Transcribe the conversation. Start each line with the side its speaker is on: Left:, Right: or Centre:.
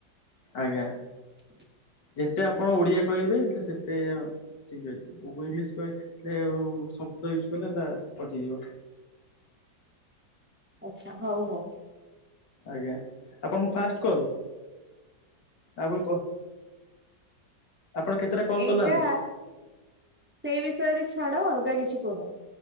Left: ଆଜ୍ଞା।
Centre: <inaudible>
Left: ଯେତେ ଆପଣ ଓଡିଆ କହିବେ ହେଲେ ସେତେ ଠିକ୍ ଅଛି ଉ ଇଂଙ୍ଗଲିସ୍ କହି ଲେ ଆଉ ଶବ୍ଦ ୟୁଜ୍ କଲେ ନା କଟିଯିବ।
Centre: ଆଛା ହଉ ହଉ।
Left: ଆଜ୍ଞା ଆପଣଙ୍କୁ ଫାଷ୍ଟ କଲ୍ ଆଉ କ ଆପଣ କେତେଟା କଲ୍
Centre: ଏଇଟା
Left: କଲାନ୍ତି?
Centre: ସେଇ ବିଷୟରେ ଛାଡ ଅଲଗା କିଛି କୁହ।